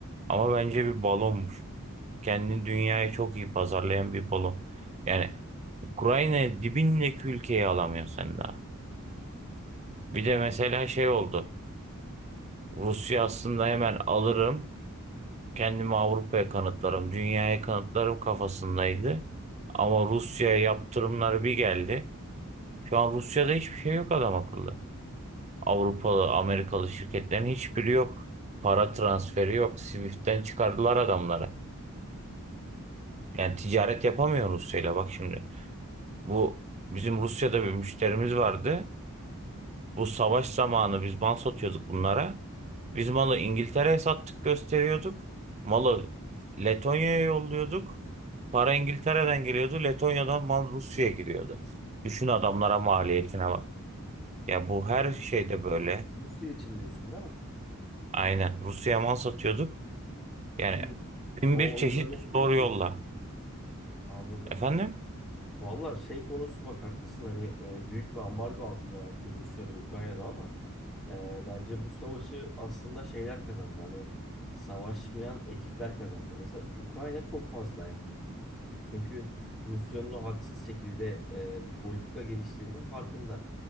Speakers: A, on the right; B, in the centre.
A: Ama bence bir balonmuş. Kendini dünyayı çok iyi pazarlayan bir balon. Yani Ukrayna dibindeki ülkeyi alamıyor sen daha. Bir de mesela şey oldu. Rusya aslında hemen alırım. kendimi Avrupa'ya kanıtlarım, dünyaya kanıtlarım kafasındaydı. Ama Rusya'ya yaptırımlar bir geldi. Şu an Rusya'da hiçbir şey yok adam akıllı. Avrupalı, Amerikalı şirketlerin hiçbiri yok. Para transferi yok. Swift'ten çıkardılar adamları. Yani ticaret yapamıyor Rusya'yla bak şimdi. Bu bizim Rusya'da bir müşterimiz vardı. Bu savaş zamanı biz mal satıyorduk bunlara. Biz malı İngiltere'ye sattık gösteriyorduk. Malı Letonya'ya yolluyorduk. Para İngiltere'den geliyordu. Letonya'dan mal Rusya'ya giriyordu. Düşün adamlara maliyetine bak. Ya bu her
B: Evet,
A: şeyde böyle.
B: Rus, Rusya için diyorsun değil mi?
A: Aynen. Rusya'ya mal satıyorduk. Yani
B: Hı.
A: bin
B: O
A: bir çeşit
B: oyunların hepsi
A: zor
B: Rusya
A: yolla.
B: için. Anladım.
A: Efendim?
B: Valla şey konusu bak haklısın hani e, büyük bir ambargo altında belki Rusya'da Ukrayna'da ama e, bence bu savaşı aslında şeyler kazandı hani savaşmayan ekipler kazandı. Mesela Ukrayna çok fazla dayandı. Çünkü Rusya'nın o haksız şekilde e, bir politika geliştirdiğinin farkında.